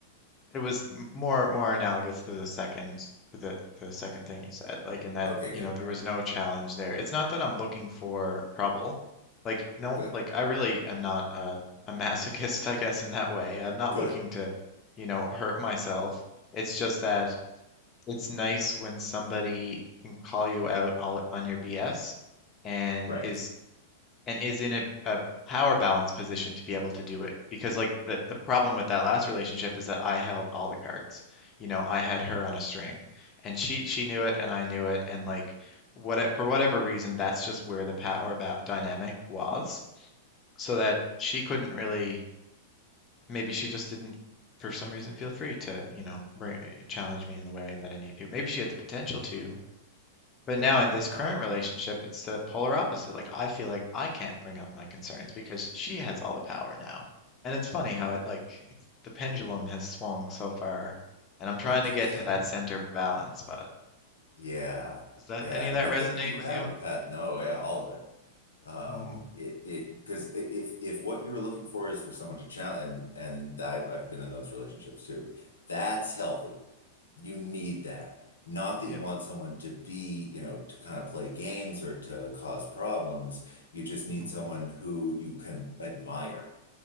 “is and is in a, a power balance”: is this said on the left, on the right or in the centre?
Left